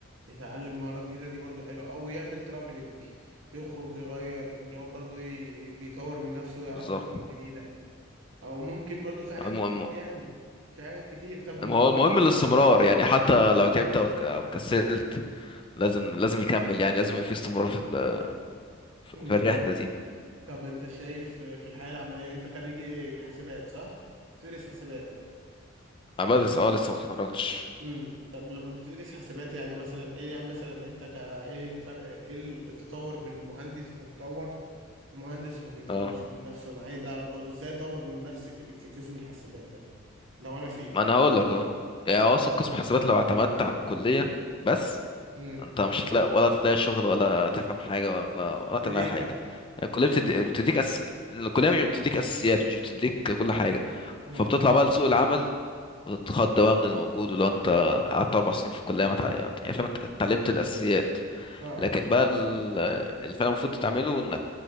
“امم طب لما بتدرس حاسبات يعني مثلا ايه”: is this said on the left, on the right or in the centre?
Right